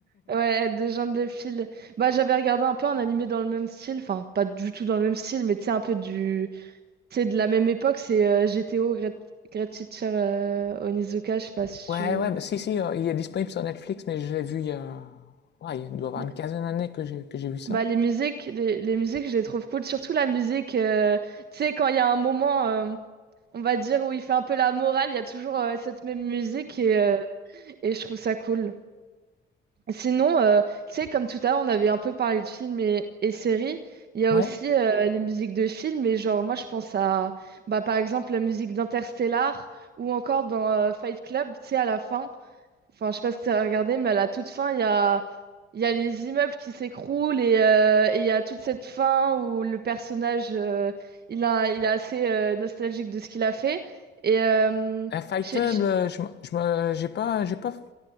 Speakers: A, on the right; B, on the left.
A: Ouais, des gens de fil. Bah, j'avais regardé un peu un animé dans le même style, enfin, pas du tout dans le même style, mais tu sais, un peu du. Tu sais, de la même époque, c'est euh, GTO, Great, Great Teacher euh, Onizuka, je sais pas si
B: Ouais,
A: tu.
B: ouais, bah, si, si, euh, il est disponible sur Netflix, mais je l'ai vu il y a... Ouais, il doit y avoir
A: Yeah.
B: une quinzaine d'années que j'ai que j'ai vu ça.
A: Bah, les musiques, les, les musiques, je les trouve cool, surtout la musique, euh, tu sais, quand il y a un moment, euh, on va dire, où il fait un peu la morale, il y a toujours euh, cette même musique et, euh, et je trouve ça cool. Sinon, euh, tu sais, comme tout à l'heure, on avait un peu parlé de films et, et séries. Il y a
B: Ouais.
A: aussi euh, les musiques de films. Et genre, moi, je pense à, bah, par exemple, la musique d'Interstellar ou encore dans euh, Fight Club, tu sais, à la fin. Enfin, je sais pas si tu as regardé, mais à la toute fin, il y a, il y a les immeubles qui s'écroulent et euh, et il y a toute cette fin où le personnage, euh, il a, il est assez euh, nostalgique de ce qu'il a fait. Et euh,
B: Euh, Fightable,
A: je sais
B: euh, je, m- je me, j'ai pas, j'ai pas